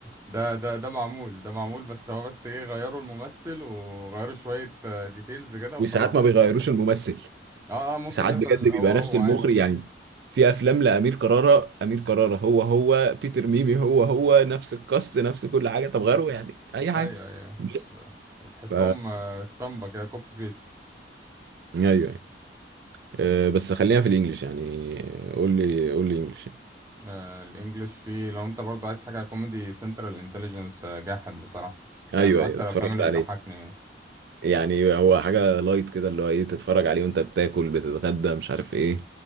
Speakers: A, on the right; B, on the right.
A: ده ده ده معمول ده معمول بس هو بس ايه غيروا الممثل وغيروا شوية ديتيلز كده وخلاص
B: وساعات ما بيغيروش الممثل
A: اه اه ممكن
B: ساعات
A: يفضل
B: بجد بيبقى
A: هو هو
B: نفس المخرج
A: عادي
B: يعني في افلام لامير كرارة امير كرارة هو هو بيتر ميمي هو هو نفس القص نفس كل حاجه طب غيره يعني
A: <laughs>
B: اي حاجه
A: ايوه ايوه
B: بس
A: ب- بتحسهم
B: ف
A: آه، اسطمبة كده كوبي بيست
B: ايوه ايوه أه، بس خلينا في الانجليش يعني قول لي قول لي انجليش يعني.
A: آه الانجليش فيه لو انت برضو عايز حاجة كوميدي سنترال انتليجنس جاحد بصراحة يعني
B: ايوه
A: من اكتر
B: ايوه اتفرجت
A: الافلام اللي
B: عليه
A: بتضحكني
B: يعني هو حاجه لايت كده اللي هو ايه تتفرج عليه وانت بتاكل بتتغدى مش عارف ايه